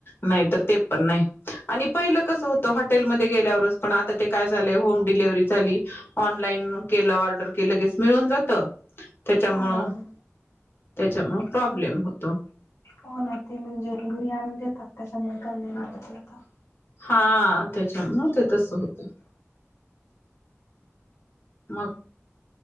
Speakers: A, on the left; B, on the left.
A: नाही ते पण नाही आणि पहिलं कस होत हॉटेलमध्ये गेल्यावरच पण आ ते काय झा होम डिलव्हरी झाली ऑनलाईन के ऑर्डर केलं क मिळून जात. त्याच्यामुळं
B: हा हा हा
A: त्याच्यामुळ
B: चालतंय.
A: प्रॉब्लेम होतो.
B: हो ना ते म्हणजे घरी आणून देतात त्याच्यामुळे कले नाट आता
A: हा त्याच्या हो ते तस होत. मग